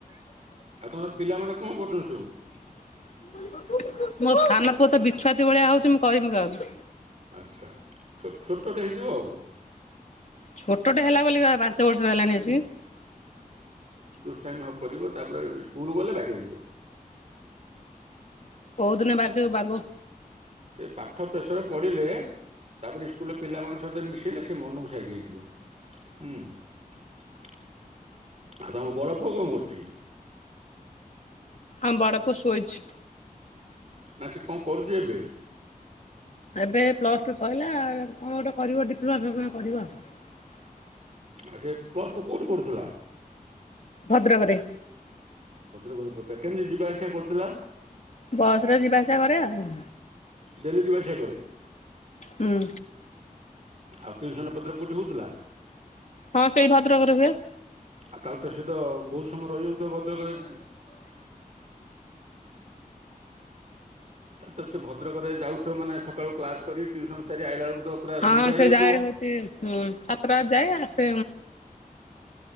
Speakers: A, on the right; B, on the left.
A: ଆଉ ତମର ପିଲାମାନେ। କଣ କରୁଚନ୍ତି।
B: <unintelligible> ମୋ ସାନ୍ ନ ପୁଅ ତ ବିଛୁଆତି ଭଳିଆ ହଉଛି ମୁଁ କଇବି କାହାକୁ।
A: ଆଛା ଛୋଟ ଛୋଟଟେ ହେଇଥିବ ଆଉ।
B: ଛୋଟଟେ ହେଲା ବୋଲି ବା ପା ପାଞ୍ଚ ବର୍ଷ ହେଲାଣି ଅସିକି।
A: ଷ୍ଟାମି କରିବ ତାପରେ ସ୍କୁଲ ଗଲେ ବାଗେଇଯିବ।
B: କଉ ଦିନ ବାଗିବ ବାଗୋଉ।
A: ସେ ପାଠ ପ୍ରେସରେ ପଢିଲେ ତାପରେ ସ୍କୁଲରେ ପିଲା ମଙ୍କ ସହିତ ମିଶିଲେ ସେ ମନକୁ ସାଇଯାଇଯିବ ହୁଁ ଆଉ ତମ ବଡ ପୁଅ କଣ କରୁଛି।
B: ଆମ ବରାକୁ ସୋଇଛି।
A: ନା ସେ କଣ କରୁଛୁ ଏବେ
B: ଏବେ ପ୍ଲସ ଟୁ କହିଲା କଣ ଗୋଟେ କରିବ ଡିପ୍ଲୋମା ଫିପ୍ଲୋମା କରିବ ଆଉ।
A: ଆ ସେ ପ୍ଲସ ଟୁ କୋଉଠି ପଢୁଥିଲା।
B: ଭଦ୍ରକରେ।
A: ଭଦ୍ରକ ପଥିଲା କେମିତି ଯିବା ଆସିବା କରିଥିଲା।
B: ବସରେ ଯିବା ଆସିବା କରେ ଆଉ। ହୁଁ।
A: ଡେଲି ଯିବା ସେ କରେ।
B: ହୁଁ।
A: ଆଉ ଟିଉସନ ପତ୍ର କୋଉଠି ହଉଥିଲା।
B: ହଁ ସେଇ ଭଦ୍ରକରେ ହୁଏ।
A: ଆଉ ତାହେଲେ ତ ସେ ତ ବହୁତ ସମୟ ରହିଯାଉଥିବ ଭଦ୍ରକ ରେ। ତା ତ ସେ ଭଦ୍ରକରେ ଯାଉ ମାନେ ସକାଳୁ କ୍ଲାସ କରି ଟ୍ୟସନ ସାରି ଆଇଲା ବେଳକୁ ତ ପୁରା
B: ହଁ
A: ସନ୍ଧ୍ୟା
B: ସେ
A: ହେଉଥିବ।
B: ଯାଏ ହଉଛି ସାତଟା ଯାଏ ଆସେ